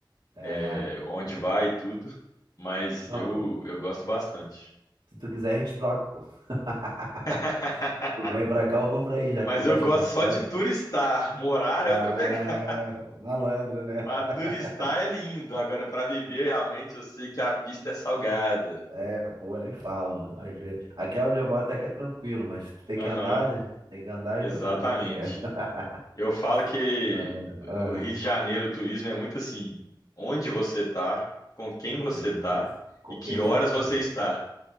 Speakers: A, on the right (about 75°); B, on the left (about 50°).
A: É.
B: é, onde vai e tudo, mas
A: Não,
B: eu eu gosto bastante.
A: se tu quiser a gente troca, pô. <laughs>
B: <laughs>
A: Tu vem pra cá, eu vou pra aí, já
B: Mas
A: que tu gosta
B: eu gosto
A: bastante.
B: só de turistar, morar
A: Ah,
B: é outra pegada.
A: malandro, né? <laughs>
B: Pra turistar é lindo, agora pra viver realmente eu sei que a pista é salgada.
A: É, pô, nem fala, mano. Às vezes... Aqui é onde eu moro até que é tranquilo, mas tu tem
B: Aham,
A: que andar, né? Tem que andar,
B: exatamente.
A: já viu como é que é. <laughs>
B: Eu falo que
A: Ah, ah,
B: o Rio de Janeiro, o turismo é muito assim, onde você tá, com quem você
A: isso.
B: tá
A: Com
B: e que
A: quem você
B: horas
A: tá?
B: você está.